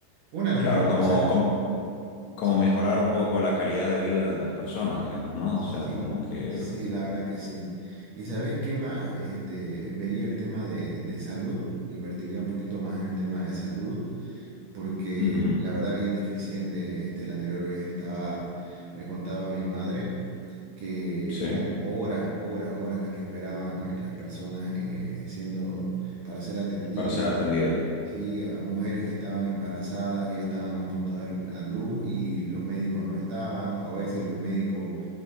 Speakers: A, on the right; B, on the left.
A: Una de las
B: Claro,
A: primeras
B: como,
A: cosas,
B: com- como,
A: sí,
B: mejorar un poco la calidad de vida de las personas, digamos, ¿no?
A: sí,
B: O sea, como que...
A: sí, la verdad que sí. ¿Y sabes qué más? Este, vería el tema de, de salud, invertiría un poquito más en el tema de salud porque
B: Ujú.
A: la verdad bien deficiente, este, la anterior vez estaba, me contaba mi madre que
B: Sí,
A: eran horas, horas, horas las que esperaban eh, las personas eh, siendo, para ser atendidas,
B: para ser atendida.
A: sí, a mujeres que estaban embarazadas, que ya estaban a punto de dar a luz y los médicos no estaban, a veces los médicos